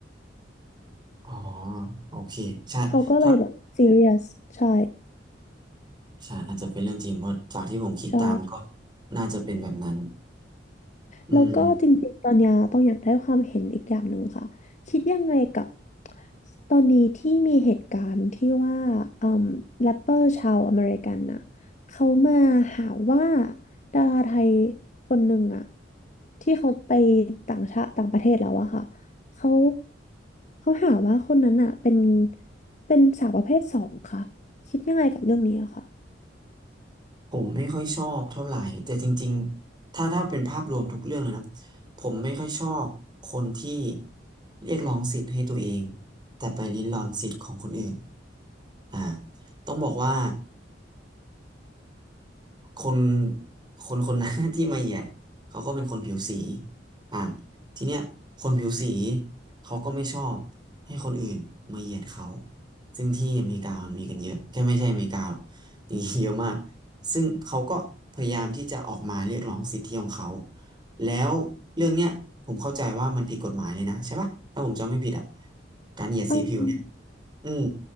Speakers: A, on the right (about 25°); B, on the left (about 40°).
A: อ๋อโอเคใช่ถ้า
B: เขาก็เลยแบบซีเรียสใช่
A: ใช่อาจจะเป็นเรื่องจริงเพราะจากที่ผมคิดตามก็
B: ใช่
A: น่าจะเป็นแบบนั้นอืม
B: แล้วก็จริงๆตอนเนี้ยต้องอยากได้ความเห็นอีกอย่างหนึ่งค่ะคิดยังไงกับตอนนี้ที่มีเหตุการณ์ที่ว่าอืมแรปเปอร์ชาวอเมริกันน่ะเขามาหาว่าดาราไทยคนหนึ่งอะที่เขาไปต่างชาติต่างประเทศแล้วอะค่ะเขาเขาหาว่าคนนั้นอะเป็นเป็นสาวประเภทสองค่ะคิดยังไงกับเรื่องนี้อะค่ะ
A: ผมไม่ค่อยชอบเท่าไหร่แต่จริงๆถ้าถ้าเป็นภาพรวมทุกเรื่องเลยนะผมไม่ค่อยชอบคนที่เรียกร้องสิทธิ์ให้ตัวเองแต่ไปริดรอนสิทธิ์ของคนอื่นอ่าต้องบอกว่า คนคนคน <laughs> นั้น <laughs> ที่มาเหยียดเขาก็เป็นคนผิวสีอ่ะทีเนี้ยคนผิวสีเขาก็ไม่ชอบให้คนอื่นมาเหยียดเขาซึ่งที่อเมริกามันมีกันเยอะแค่ไม่ใช่อเมริกาหรอกมีเยอะมากซึ่งเขาก็พยายามที่จะออกมาเรียกร้องสิทธิของเขาแล้วเรื่องเนี้ยผมเข้าใจว่ามันผิดกฎหมายเลยนะใช่ปะถ้าผมจำไม่ผิดอ่ะการเหยียดสีผิวเนี่ย
B: เออ
A: อืม